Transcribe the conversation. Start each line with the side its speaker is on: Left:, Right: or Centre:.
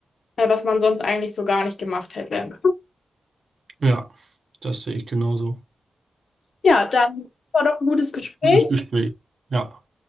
Left: äh, was man sonst eigentlich so gar nicht gemacht hätte.
Right: Ja, das sehe ich genauso.
Left: Ja, dann war doch ein gutes Gespräch.
Right: Gutes Gespräch. Ja.